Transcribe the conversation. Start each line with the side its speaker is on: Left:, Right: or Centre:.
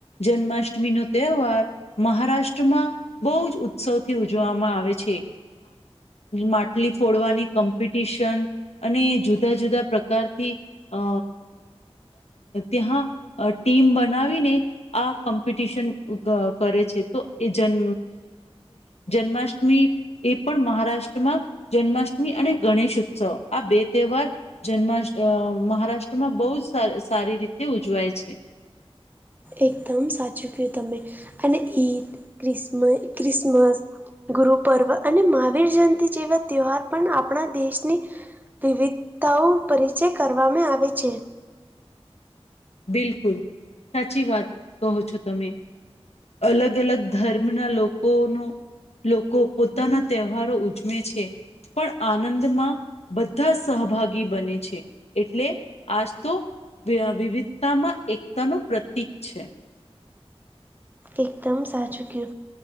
Left: જન્માષ્ટમી નો તહેવાર મહારાષ્ટ્રમાં બહુ જ ઉત્સવથી ઉજવામાં આવે છે. માટલી ફોડવાની કોમ્પિટિશન અને જુદા જુદા પ્રકારથી અ ત્યા ટીમ બનાવીને આ કોમ્પિટિશન કરે છે તો એ જમ જન્માષ્ટમી એ પણ મહારાષ્ટ્રમાં જન્માષ્ટમી અને ગણેશ ઉત્સવ આ બે તહેવાર જન્મા મહારાષ્ટ્રમાં બહુ જ સારી રીતે ઉજવાય છે.
Right: એકદમ સાચું કયું તમે અને ઈદ ક્રિસમ ક્રિસમસ ગુરુ પર્વ અને મહાવીર જયંતિ જેવા તહેવાર પણ આપણા દેશની વિવિધતાઓ પરિચય કરવામાં આવે છે.
Left: બિલકુલ સાચી વાત કહો છો, તમે અલગ અલગ ધર્મના લોકોનો. લોકો પોતાના તહેવારો ઉજમે છે. પણ આનંદમાં બધા સહભાગી બને છે. એટલે આજ તો વિવિધતામાં એકતાનું પ્રતીિક છે.
Right: એકદમ સાચું કું